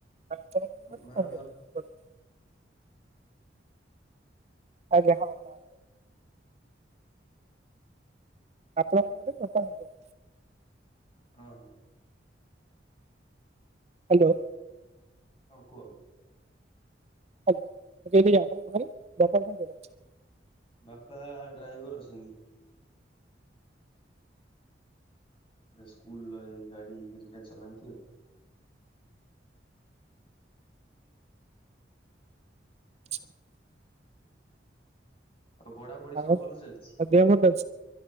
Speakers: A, on the right; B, on the left.
A: ଆପଣଙ୍କର ଘରେ
B: ମା
A: କଣ
B: ଘର।
A: କେମିତି କଣ କରନ୍ତି? ଆଜ୍ଞା। ହଁ ହଁ, ଆପଣଙ୍କ ବର୍ଷା ହଉନି ଜମା।
B: ହଁ ହ।
A: ହ୍ୟାଲୋ।
B: ହଁ, କୁହ
A: ଆଜ୍ଞା, ମୁଁ କହିଲି ଆପଣଙ୍କ ଘରେ ବାପା କଣ କରନ୍ତି?
B: ବାପା ଡ୍ରାଇଭର ଅଛନ୍ତି। ସେ ସ୍କୁଲରେ ଗାଡି ହେରିକା ଚଲାନ୍ତି ଆଉ।
A: <inaudible>
B: ଆଉ ପଢାପଢି
A: ଆଉ,
B: ସବୁ ଭଲ ଚାଲିଛି?
A: ଆଉ ଦେହ ଭଲ ଅଛି?